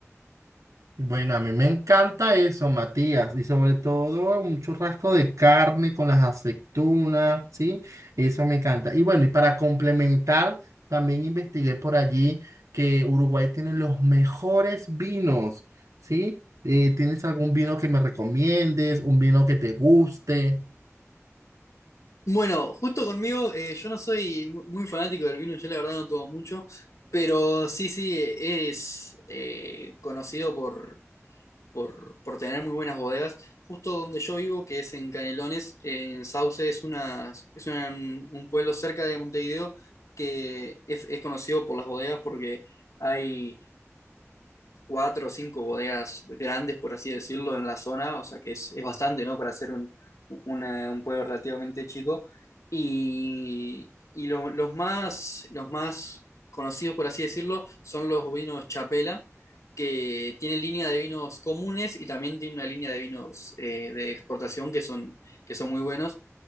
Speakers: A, on the right; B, on the left.
A: Bueno, a mí me encanta eso, Matías, y sobre todo un churrasco de carne con las aceitunas, ¿sí? Eso me encanta. Y bueno, y para complementar, también investigué por allí que Uruguay tiene los mejores vinos, ¿sí? Eh, ¿tienes algún vino que me recomiendes, un vino que te guste?
B: Bueno, justo conmigo, eh, yo no soy mu- muy fanático del vino, yo la verdad no tomo mucho, pero sí, sí, es eh, conocido por, por, por tener muy buenas bodegas. Justo donde yo vivo, que es en Canelones, en Sauce, es una, es una- un pueblo cerca de Montevideo que es, es conocido por las bodegas porque hay cuatro o cinco bodegas grandes, por así decirlo, en la zona, o sea que es, es bastante, ¿no? Para ser un, una- un pueblo relativamente chico. Y, y lo- los más, los más conocidos, por así decirlo, son los vinos Chapela, que tienen línea de vinos comunes y también tienen una línea de vinos eh, de exportación que son, que son muy buenos.